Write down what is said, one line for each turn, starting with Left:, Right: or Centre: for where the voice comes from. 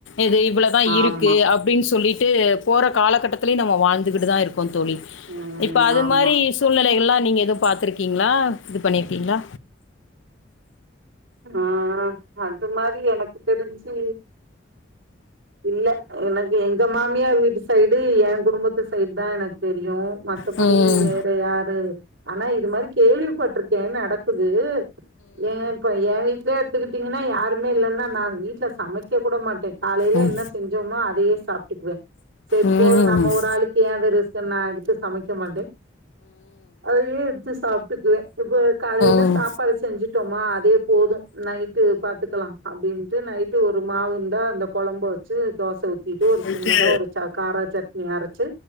Left: இது இவ்வளோதா இருக்கு
Right: ஆமா.
Left: அப்படின்னு சொல்லிட்டு ட்டு போற காலகட்டத்திலயும் நம்ம வாழ்ந்துகிட்டு தா இரு தோழி
Right: ம்.
Left: இப்ப அது
Right: ஆமா.
Left: மாதிரி சூழ்நிலைகல்லாம் நீங்க ஏதும் பா்த்திருக்கீங்களா இது பண்ணிருக்கீங்களா
Right: ஆஹா அது மாதிரி எனக்கு தெரிஞ்சி இல்ல எனக்கு எங்க மாமியார் வீட்டு சைடு ஏன் குடும்பம் எங்க சைடு தா எனக்கு தெரியும் மத்தபடி
Left: ம் ம்
Right: வேற யாரு ஆனா இது மாதிரி கேள்விபட்டுரு என்ன நடக்குது ஏ ஏ வீட்லியே எத்துக்கிட்டீங்கன்னா யாருமே இல்லன்னா நா வீட்ல சமைக்க கூட மாட்டே காலைல
Left: ம்
Right: என்ன செஞ்சோமோ அதயே சாப்ட்டுக்வே செரிப்போது
Left: ம்
Right: நம்ம
Left: ம்
Right: ஒரு ஆளுக்கு ஏ வெர சிக்கன் நா எடுத்து சமைக்க மாட்டே அதயே எடுத்து சாப்ட்டுக்குவே இப்ப காலைல
Left: ம்
Right: சாப்பாடு செஞ்சிட்டோமா அதே போது நைட்டு பாத்துக்கலா அப்டின்ட்டு நைட்டு ஒரு மாவு இந்தா அந்த கொழம்பு வெச்சு தோச ஊத்திட்டு ஒரு
Left: போயிட்டு
Right: சின்னதா ஒரு சா காரா சட்னி அரைச்சு